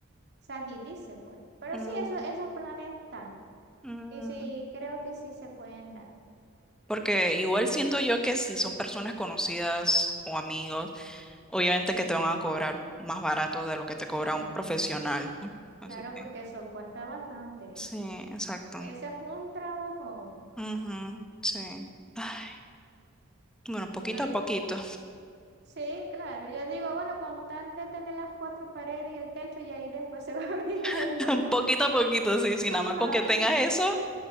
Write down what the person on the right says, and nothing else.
se agilice, pues. Pero
sí, eso, esos planes están.
Y sí, creo que sí se pueden dar.
Sí,
claro,
porque eso cuesta bastante.
Ese es un trabajo.
Dígale.
Sí, claro. Yo digo, bueno, con tal de tener las cuatro paredes y el techo, y ahí después se va <laughs> viendo.
Ajá.